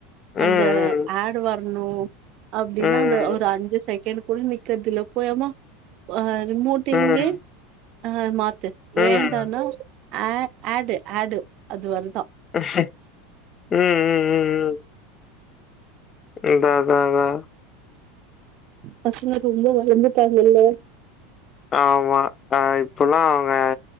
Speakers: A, on the left; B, on the right.
A: ம்,
B: அந்த ஆடுவ பண்ணூ அப்டினா
A: ம், ம்,
B: அந்த ஒரு அஞ்சு செகண்ட் குட நிக்கற்துல்ல பொயாம ஆ ரிமோட்டிங்கே
A: ம்,
B: ஆ மாத்து
A: ம், ம், ம்,
B: ஏந்தானா ஆ ஆடு ஆடு அது வருதா
A: உம் உம் உம் உம் அதா அதா அதா
B: பசங்க ரொம்பொ வளந்துட்டாங்கல்ல
A: ஆமா அ இப்பல்லா அவுங்க